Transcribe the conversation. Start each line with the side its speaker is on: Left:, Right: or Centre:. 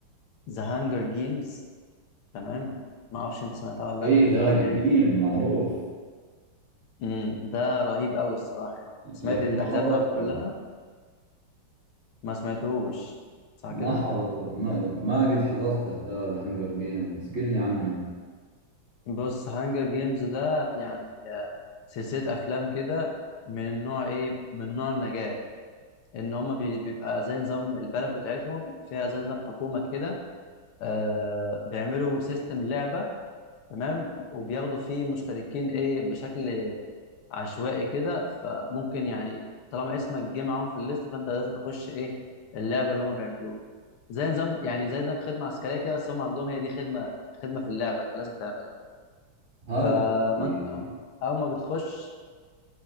Left: ذا هانجر جيمز تمام ما اعرفش انت سمعتها ولا لا
Right: اي ذا
Left: ذا
Right: قديم
Left: هانجر جيمز
Right: معروف
Left: امم ده رهيب قوي الصراحه يعني سمعت
Right: لكن
Left: الاجزاء
Right: ما حضرته
Left: بتاعته كلها ما سمعتهوش صح
Right: ما
Left: كده
Right: حضر ما, ما قد حضرته ذا ذا هانجر جيمز قل لي عنه
Left: بص هانجر جيمز ده يعني آه، سلسلة أفلام كده من النوع إيه؟ من نوع النجاة إن هما بي- بيبقى زي نظام البلد بتاعتهم فيها زي نظام حكومة كده آه بيعملوا سيستم لعبة تمام وبياخدوا فيه مشتركين إيه بشكل عشوائي كده فممكن يعني طالما اسمك جه معاهم في الليست فأنت لازم تخش إيه اللعبة اللي هما بيعملوها زي نظام يعني زي نظام خدمة عسكرية كده بس هم عندهم هي دي خدمة خدمة في اللعبة لازم تعملها
Right: هذا
Left: فما
Right: إيه،
Left: انت أو اول ما بتخش